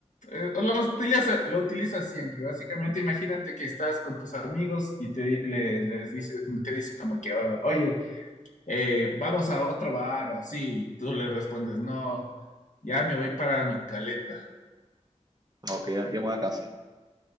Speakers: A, on the left; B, on the right.
A: eh, o lo utilizas, lo utilizas siempre. Básicamente, imagínate que estás con tus amigos y te, le- les dice, te dice como que, "Oh, oye, eh, vamos a otro bar o así. Y tú le respondes, no, ya me voy para mi caleta,
B: Ok, ya ya me voy a casa.